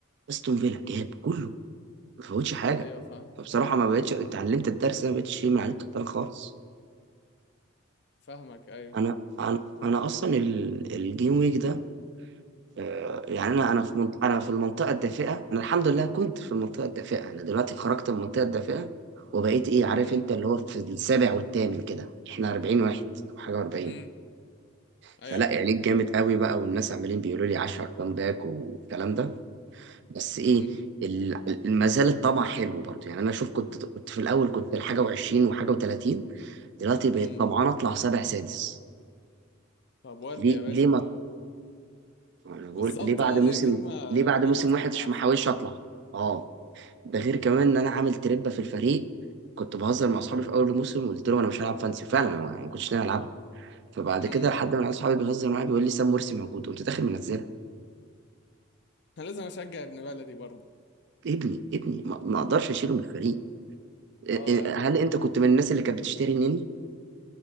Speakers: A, on the right; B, on the left.
A: استون فيلا جاب كله ما فوتش حاجه
B: ايوه فاهم
A: فبصراحه ما بقتش اتعلمت الدرس ده ما بقتش شيء مع الكابتن خالص
B: فاهمك ايوه
A: انا انا انا اصلا ال- الجيم ويك ده آه، يعني انا انا في منط- انا في المنطقه الدافئه انا الحمد لله كنت في المنطقه الدافئه انا دلوقتي خرجت من المنطقه الدافئه وبقيت ايه عارف
B: امم
A: انت اللي هو في السابع والثامن كده احنا 40 واحد أو حاجه 40
B: امم
A: فلا
B: ايوه
A: يعني جامد قوي بقى والناس عمالين بيقولوا لي 10 كام باك والكلام ده بس ايه
B: امم
A: ال- ما زال الطمع حلو برضه يعني انا شوف كنت كنت في الاول كنت حاجه و20 وحاجه و30 دلوقتي بقيت
B: امم
A: طمعان اطلع سابع سادس
B: طب ودي
A: ليه
B: يا باشا
A: ليه ما انا بقول
B: بالظبط
A: ليه بعد
B: اه
A: موسم
B: ليه ليه ما
A: ليه بعد
B: ليه
A: موسم
B: ما تطمعش
A: واحد مش محاولش اطلع اه ده غير كمان ان انا عامل تربه في الفريق كنت بهزر مع اصحابي في اول الموسم وقلت لهم انا مش هلعب فانسي فعلا انا ما ما كنتش ناوي العبها فبعد
B: امم
A: كده حد من عيال اصحابي بيهزر معايا بيقول لي سام مرسي موجود قمت داخل منزلها
B: انا لازم اشجع ابن بلدي برضه
A: ابني ابني ما ما اقدرش اشيله من الفريق إيه-
B: اه
A: إيه، هل
B: فاهم
A: انت كنت من الناس اللي كانت بتشتري النني